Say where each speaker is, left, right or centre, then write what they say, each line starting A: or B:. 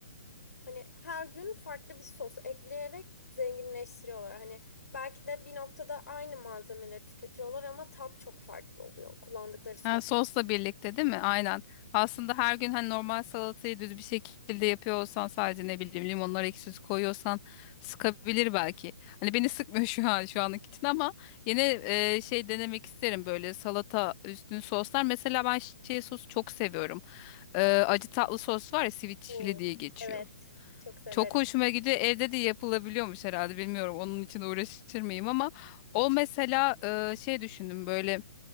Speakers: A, on the left; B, on the left.
A: hani her gün farklı bir sos ekleyerek zenginleştiriyorlar. Hani belki de bir noktada aynı malzemeleri tüketiyorlar ama tat çok farklı oluyor. Kullandıkları sos.
B: Ha, sosla birlikte değil mi? Aynen. Aslında her gün hani normal salatayı düz bir şekilde yapıyor olsan sadece ne bileyim limonları ekşisi koyuyorsan sıkabilir belki. Hani beni sıkmıyor <laughs> şu an şu anlık için ama yine e, şey denemek isterim böyle salata üstüne soslar. Mesela ben şey sosu çok seviyorum. E, acı tatlı sos var ya sweet chili
A: Oo,
B: diye geçiyor.
A: evet. Çok severim.
B: Çok hoşuma gidiyor. Evde de yapılabiliyormuş herhalde bilmiyorum. Onun için uğraşır mıyım ama o mesela e, şey düşündüm böyle